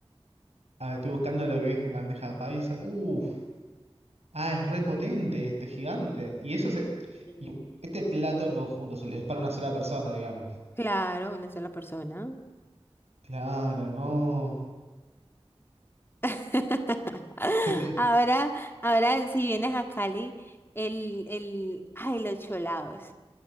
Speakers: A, on the right (about 90°); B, on the left (about 20°).
A: Ah, estoy buscando lo que es bandeja paisa. Uf. Ah, es repotente este gigante. Y eso se.
B: Mm.
A: Y este plato en conjunto se le- es para una sola persona, digamos.
B: Claro, una sola persona.
A: Claro, no.
B: <laughs>
A: <laughs> Este-
B: Ahora, ahora si vienes a Cali, el, el, ay, los cholados.